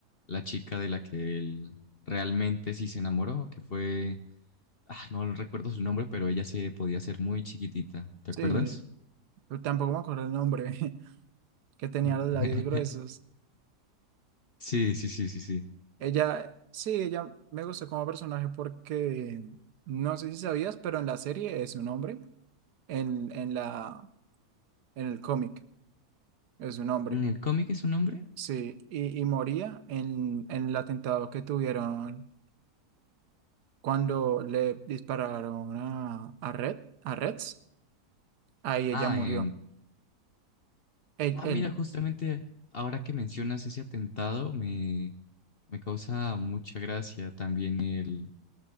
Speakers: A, on the left; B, on the right.
A: la chica de la que él realmente sí se enamoró, que fue Ah, no recuerdo su nombre, pero ella se podía ser muy chiquitita. ¿Te
B: Sí,
A: acuerdas?
B: pero tampoco me acuerdo el nombre. <laughs> que tenía
A: <laughs>
B: los labios gruesos.
A: Sí, sí, sí, sí, sí.
B: Ella, sí, ella me gustó como personaje porque, no sé si sabías, pero en la serie es un hombre, en, en la, en el cómic es un hombre,
A: ¿En el cómic es un hombre?
B: sí, y, y moría en, en el atentado que tuvieron cuando le dispararon a, a Red, a Reds, ahí ella
A: Ah,
B: murió,
A: en...
B: él,
A: Ah,
B: él,
A: mira, justamente ahora que mencionas ese atentado, me, me causa mucha gracia también el,